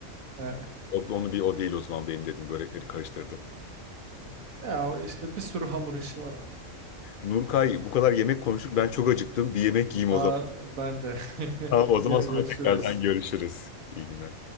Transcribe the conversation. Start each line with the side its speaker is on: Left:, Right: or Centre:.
Right: yani.
Left: O, onu bir o değil o zaman benim dedim börekleri karıştırdım.
Right: Hmm. Ya o işte bir sürü hamur işi var ama.
Left: Nurkay bu kadar yemek konuştuk ben çok acıktım. Bir yemek yiyeyim
Right: Aa,
Left: o zaman.
Right: ben de. <laughs>
Left: Tamam, o zaman
Right: Gene
Left: sonra
Right: görüşürüz.
Left: tekrardan görüşürüz. İyi günler.